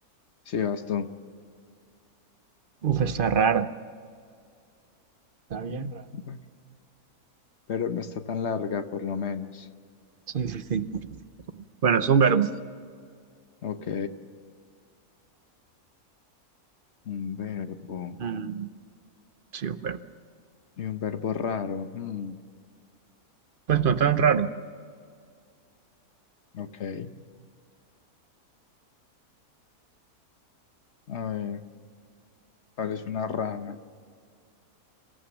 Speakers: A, on the left (about 50°); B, on the right (about 50°).
A: Sí, vas tú.
B: Uf, está raro. Está bien
A: Mm,
B: raro.
A: bueno. Pero no está tan larga, por lo menos.
B: Sí, sí, sí. Bueno, es un verbo.
A: Ok. Un verbo.
B: Mm, sí, un verbo.
A: Y un verbo raro. Mm,
B: Pues no tan raro.
A: ok. A ver. Parece una rana.